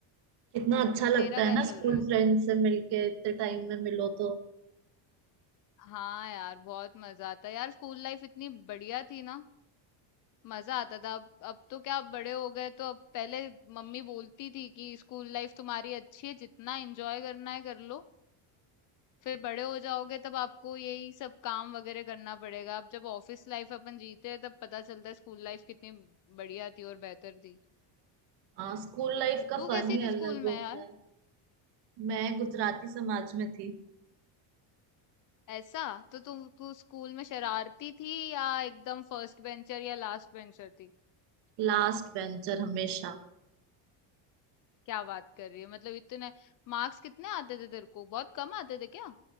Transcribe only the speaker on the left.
तू
तेरा क्या
चल
रहा है
हाँ यार बहुत मजा आता है यार स्कूल लाइफ इतनी बढ़िया थी ना मजा आता था अब अब तो क्या अब बड़े हो गए तो अब पहले मम्मी बोलती थी कि स्कूल लाइफ तुम्हारी अच्छी है जितना एंजॉय करना है कर लो फिर बड़े हो जाओगे तब आपको यही सब काम वगैरह करना पड़ेगा अब जब ऑफिस लाइफ अपन जीते हैं तब पता चलता है स्कूल लाइफ कितनी बढ़िया थी और बेहतर थी
तू
कैसी
थी
स्कूल
में यार
ऐसा तो तुम तू स्कूल में शरारती थी या एकदम फर्स्ट बेंचर या लास्ट बेंचर थी
क्या बात कर रही है मतलब इतने मार्क्स कितने आते थे तेरे को बहुत कम आते थे क्या